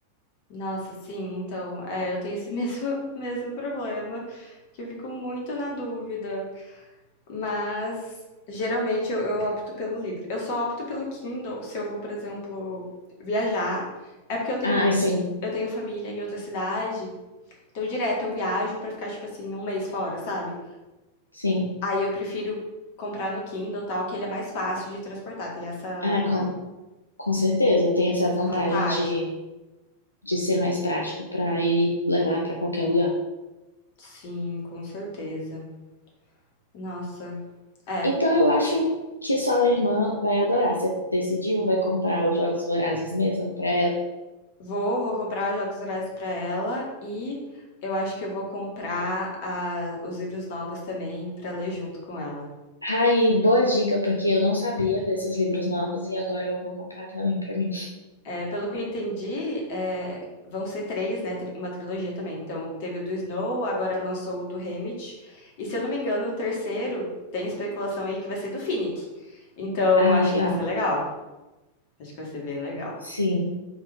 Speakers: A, on the left (about 50°); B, on the left (about 80°).
A: Nossa, sim, então, é, eu tenho esse mesmo, <laughs> mesmo problema, que eu fico muito na dúvida. Mas geralmente eu, eu opto pelo livro. Eu só opto pelo Kindle se eu vou, por exemplo, viajar. É porque eu tenho,
B: Ah, sim,
A: eu tenho família em outra cidade, então direto eu viajo pra ficar, tipo assim, um mês fora, sabe?
B: sim.
A: Aí eu prefiro comprar no Kindle, tal, que ele é mais fácil de transportar, tem essa,
B: Ah, com, com certeza, tem essa
A: essa
B: vantagem
A: vantagem.
B: de, de ser mais prático para ir levar para qualquer lugar.
A: Sim, com certeza. Nossa, é.
B: Então eu acho que sua irmã vai adorar. Você decidiu, vai comprar os Jogos Vorazes mesmo para ela.
A: Vou, vou comprar os Jogos Vorazes pra ela e eu acho que eu vou comprar a- os livros novos também pra ler junto com ela.
B: Ai, boa dica, porque eu não sabia desses livros novos e agora eu vou comprar também para mim.
A: É, pelo que eu entendi, é, vão ser três, né? tri- Uma trilogia também. Então, teve o do Snow, agora lançou o do Haymitch. E se eu não me engano, o terceiro tem especulação aí que vai ser do Finnick. Então,
B: Ah,
A: acho
B: legal.
A: que vai ser legal. Acho que vai ser bem legal.
B: Sim.